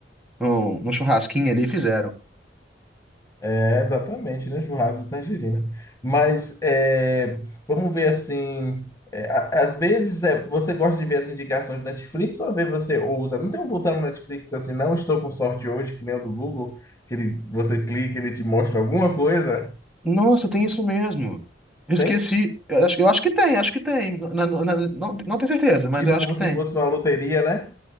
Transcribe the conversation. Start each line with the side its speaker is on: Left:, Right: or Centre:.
Centre: no, no churrasquinho ali e fizeram.
Left: É, exatamente, né? Churrasco de tangerina. Mas é, vamos ver assim. é, a- às vezes é, você gosta de ver as indicações do Netflix, ou às vezes você ousa. Não tem um botão no Netflix assim, não estou com sorte hoje, que nem o do Google, que ele, você clica ele te mostra alguma coisa.
Centre: Nossa, tem isso mesmo. Eu Esqueci.
Left: Tem?
Centre: Eu acho, eu acho que tem, acho que tem. Não, não, não, não, não tenho certeza, mas
Left: Tipo
Centre: eu acho
Left: como
Centre: que tem.
Left: se fosse uma loteria, né?